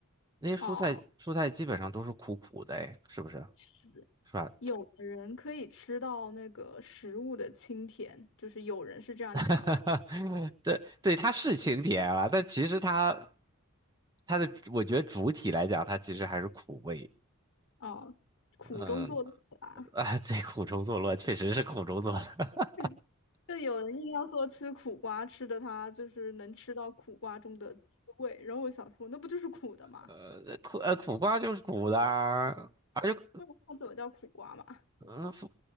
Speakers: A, on the right; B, on the left.
A: 那些蔬菜蔬菜基本上都是苦苦的，
B: 哦，
A: 哎，是不是？
B: 是。
A: 是吧？
B: 有的人可以吃到那个食物的清甜，就是有人是这样讲了，
A: <laughs> 对对，它是清甜啊，但其实它它的我觉得主体来讲，它其实还是苦味。
B: 啊，苦中作乐啦。
A: 嗯，啊，这苦中作乐确实是苦中作乐。
B: <laughs> 就有人硬要说吃苦瓜，吃的他就是能吃到苦瓜中的滋味，然后我想说，那不就是苦的吗？
A: 呃，苦呃苦瓜就是苦的啊，而且
B: 不然它怎么叫苦瓜嘛？
A: 嗯，苦